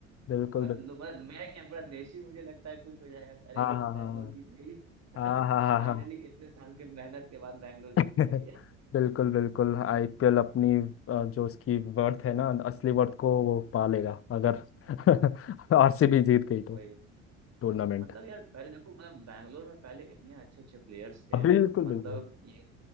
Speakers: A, on the left (about 35°); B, on the right (about 40°).
A: बिल्कुल
B: मतलब
A: बिल्कुल
B: मतलब मैं क्या पूरा देश ही मुझे लगता है खुश हो जाएगा कि अरे
A: हाँ
B: यार
A: हाँ हाँ
B: बैंगलोर जीत गई
A: हाँ
B: <laughs>
A: हाँ हाँ
B: फाइनली
A: हाँ हाँ।
B: इतने साल के मेहनत के बाद बैंगलोर जीत
A: <laughs>
B: गई है
A: बिल्कुल बिल्कुल आईपीएल अपनी अ, जो उसकी वर्थ है ना असली वर्थ को वो पा लेगा अगर <laughs> आरसीबी जीत गई तो
B: वही
A: टूर्नामेंट
B: मतलब यार पहले देखो मतलब बैंगलोर में पहले इतने अच्छे अच्छे प्लेयर्स थे
A: हाँ बिल्कुल
B: मतलब
A: बिल्कुल
B: ये